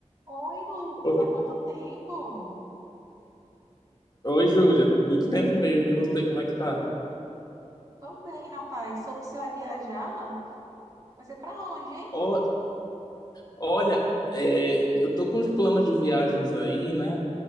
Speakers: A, on the right; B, on the left.
A: Oi, Lucas,
B: Ô-
A: há quanto tempo?
B: Oi, Júlia. Muito tempo mesmo. E você, como é que tá?
A: Tô bem, rapaz. Soube que você vai viajar? Vai ser pra onde, hein?
B: Ó, olha, é, eu tô com os planos de viagens aí, né?